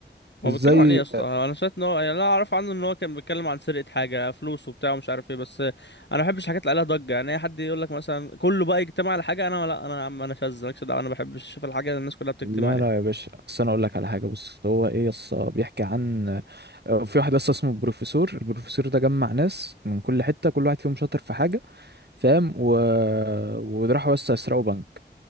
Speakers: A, on the left; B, on the right.
A: هو
B: ازاي
A: بيتكلم عن ايه يا اسطى انا سمعت ان هو يعني انا اعرف عنه ان هو كان بيتكلم عن سرقه حاجه فلوس وبتاع ومش عارف ايه بس انا ما بحبش الحاجات اللي عليها ضجه يعني اي حد يقول لك مثلا كله بقى يجتمع على حاجه انا لا انا يا عم انا شاذ مالكش دعوه انا ما بحبش اشوف الحاجه اللي الناس كلها بتجتمع
B: لا
A: عليها
B: لا يا باشا اصل انا اقول لك على حاجه بص هو ايه يس بيحكي عن آه، في واحد يس اسمه البروفيسور البروفيسور ده جمع ناس من كل حته كل واحد فيهم شاطر في حاجه فاهم و... وراحوا يس يسرقوا بنك